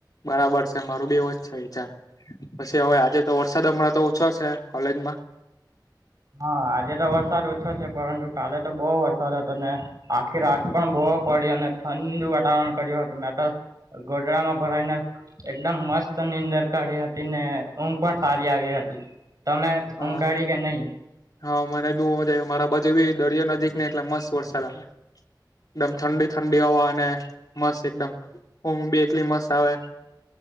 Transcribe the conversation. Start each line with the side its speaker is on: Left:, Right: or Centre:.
Left: બરાબર છે મારો બી એવો જ છે વિચાર. પછી, હવે આજે તો વરસાદ હમણાં તો ઓછો છે કોલેજમાં
Right: હા, આજે તો વરસાદ ઓછો છે પરંતુ કાલે તો બહુ વરસાદ હતો ને આખી રાત પણ બહુ પડીયો અને ઠંડુ વાતાવરણ કર્યું હતું. મે તો ગોદડામાં ભરાઈને એકદમ મસ્ત નીંદર કાઢી હતી, ને ઊંઘ પણ સારી આવી હતી. તમે
Left: હા
Right: ઊંઘ કાઢી કે નય?
Left: હા, મને બી બોવ મજા આયી. મારા બાજુ બી દરિયો નજીકને એટલે મસ્ત વરસાદ આવે. એકદમ ઠંડી ઠંડી હવા અને મસ્ત એકદમ ઊંઘ બી એટલી મસ્ત આવે,